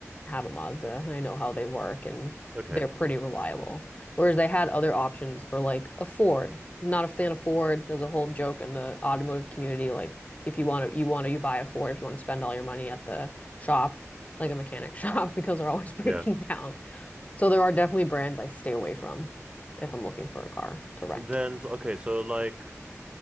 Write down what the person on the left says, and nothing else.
have a Mazda and I know how they work and
they're pretty reliable. Whereas they had other options for like a Ford. Not a fan of Ford. There's a whole joke in the automotive community like if you want to you want to you buy a Ford if you want to spend all your money at the shop like a mechanic <laughs> shop because they're always <laughs> breaking
down. So there are definitely brands I stay away from if I'm looking for a car to rent.